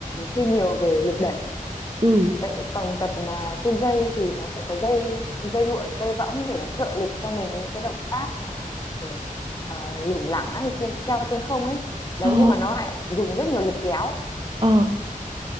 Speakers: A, on the left; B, on the right.
A: thi nhiều về lực đẩy
B: ừ,
A: đấy còn tập mà trên dây thì nó sẽ có dây dây lụa dây võng để nó trợ lực cho mình những cái động tác mà kiểu ờ, lủng lẳng ấy trên, treo trên không ấy đấy
B: ờ,
A: nhưng mà nó lại dùng rất nhiều lực kéo
B: ờ,